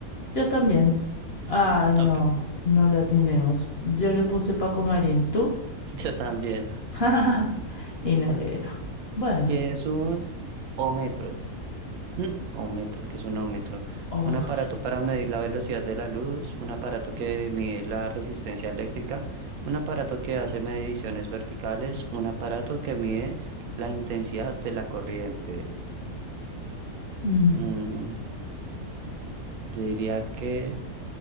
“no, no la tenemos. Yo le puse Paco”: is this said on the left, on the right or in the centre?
Left